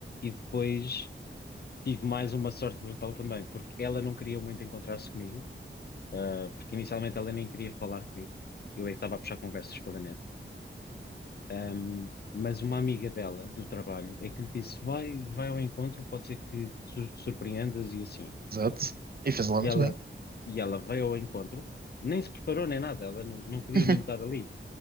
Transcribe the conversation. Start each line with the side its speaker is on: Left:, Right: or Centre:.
Left: E depois tive mais uma sorte brutal também, porque ela não queria muito encontrar-se comigo, ah, porque inicialmente ela nem queria falar comigo. Eu é que estava a puxar conversas pela net. Ahm, mas uma amiga dela, do trabalho, é que lhe disse: vai, vai ao encontro, pode ser que sur- surpreendas e assim.
Right: exato. E fez lá
Left: E
Right: muito
Left: ela,
Right: bem.
Left: e ela veio ao encontro, nem se preparou nem nada, ela não, não queria
Right: <laughs>
Left: mesmo estar ali.